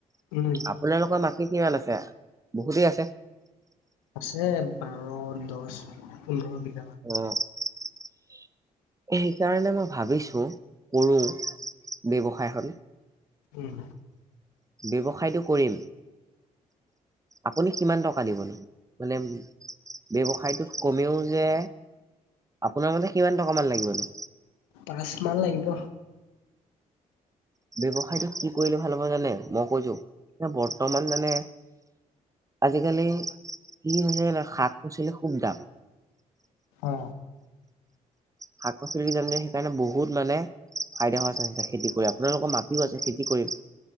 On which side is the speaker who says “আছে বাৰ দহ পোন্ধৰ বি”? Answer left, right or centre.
Left